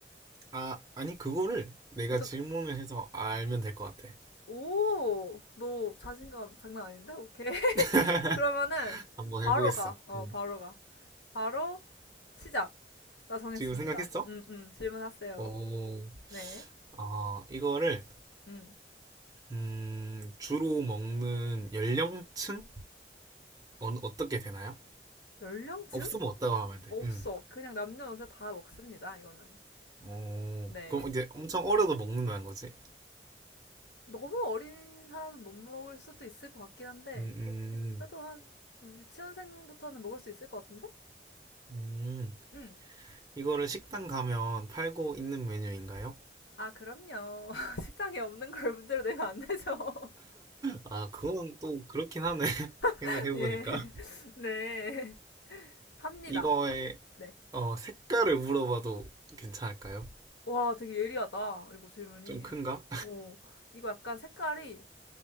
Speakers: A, on the right; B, on the left.
A: 아, 아니, 그거를 내가
B: 그것도,
A: 질문을 해서 알면 될 것 같아.
B: 오, 너 자신감 장난 아닌데? 오케이.
A: <laughs>
B: 그러면은
A: 한번
B: 바로
A: 해보겠어.
B: 가. 어,
A: 응.
B: 바로 가. 바로 시작. 나 정했습니다.
A: 지금 생각했어?
B: 음, 음. 질문하세요.
A: 어,
B: 네.
A: 아, 이거를,
B: 음.
A: 음, 주로 먹는 연령층이 어, 어떻게 되나요?
B: 연령층?
A: 없으면 없다고 하면 돼.
B: 없어.
A: 응
B: 그냥 남녀노소 다 먹습니다. 이거는.
A: 어,
B: 네.
A: 그럼 이제 엄청 어려도 먹는다는 거지?
B: 너무 어린 사람은 못 먹을 수도 있을 것 같긴 한데
A: 음, 음,
B: 그래도 한 음, 유치원생부터는 먹을 수 있을 것 같은데?
A: 음.
B: 음.
A: 이거를 식당 가면 팔고 있는 메뉴인가요?
B: 아, 그럼요. <laughs> 식당에 없는 걸 문제로 내면 안 되죠.
A: 아, 그건 또 그렇긴 하네. <laughs> 생각해보니까.
B: <laughs> 예. <laughs> 네. 팝니다.
A: 이거의
B: 네.
A: 어, 색깔을 물어봐도 괜찮을까요?
B: 와, 되게 예리하다. 이거 질문이.
A: 좀 큰가?
B: 어, 이거 약간 색깔이